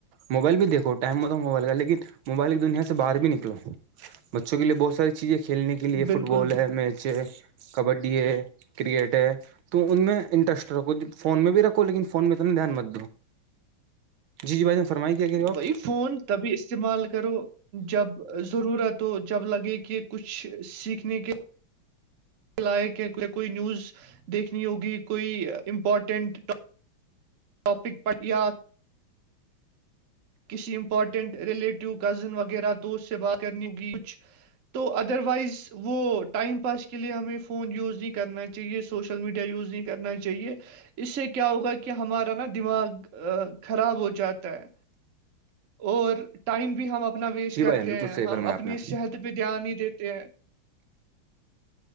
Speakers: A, on the right; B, on the right.
A: موبائل بھی دیکھو ٹائم ہوتا موبائل کا لیکن موبائل کی دنیا سے باہر بھی نکلو بچوں کے لیے بہت ساری چیزیں کھیلنے کے لیے
B: بالکل
A: فٹ بال
B: بالکل
A: ہے میچ بچے کبڈی ہے کرکٹ ہے تو ان میں انٹرسٹ رکھو فون میں بھی رکھو لیکن فون میں انا دھیان مت دو جی جی ب نے فرمائی کیا کرے ہو آپ
B: وہی فون تبھی استعمال کرو جب ضرورت ہو جب لگے کہ کچھ سیکھنے کے لائق کوئی نیوز دیکھنی ہوگی کوئی امپورٹنٹ ٹاپک پ یا کسی امپورٹینٹ ریلیٹیو کزن وغیرہ دوست سے بات کرنی ہوگی کچھ تو ادروائز وہ ٹائم پاس کے لیے ہمیں فون یوز نہیں کرنا چاہیے سوشل میڈیا یوز نہیں کرنا چاہیے اس سے کیا ہوگا کہ ہمارا نا دماغ خراب ہو جاتا ہے اور ٹائم بھی ہم اپنا ویسٹ
A: جی
B: کرتے
A: بھائی جان بالکل
B: ہیں
A: صحیح فرمایا
B: ہم اپنی
A: آپ نے
B: صحت پہ دھیان نہیں دیتے ہیں